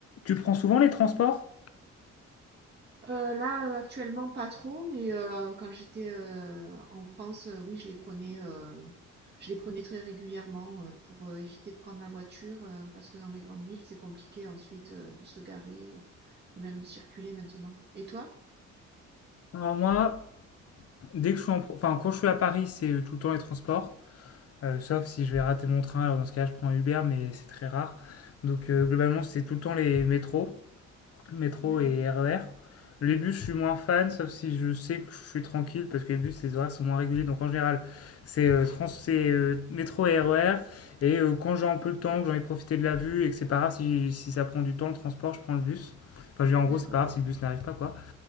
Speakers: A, on the left; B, on the right.
A: Tu prends souvent les transports?
B: Euh, là, euh, actuellement, pas trop, mais euh, quand j'étais euh, en France, euh, oui, je les prenais, euh, je les prenais très régulièrement euh, pour euh, éviter de prendre la voiture, euh, parce que dans les grandes villes, c'est compliqué ensuite euh, de se garer et même de circuler maintenant. Et toi?
A: Alors moi, dès que je suis en pro- enfin quand je suis à Paris, c'est tout le temps les transports, Euh, sauf si je vais rater mon train. Alors dans ce cas, je prends Uber, mais c'est très rare. Donc euh, globalement, c'est tout le temps les métros, métro
B: Ouais,
A: et RER. Les bus, je suis moins fan, sauf si je sais que je suis tranquille, parce que les bus, les horaires sont moins réguliers. Donc en général, c'est euh, trans- c'est, euh, métro et RER. Et euh, quand j'ai un peu le temps, que j'ai envie de profiter de la vue et que c'est pas grave si, si ça prend du temps le transport, je prends le bus. Enfin, je veux dire, en gros,
B: d'accord,
A: c'est pas grave si le bus n'arrive pas, quoi.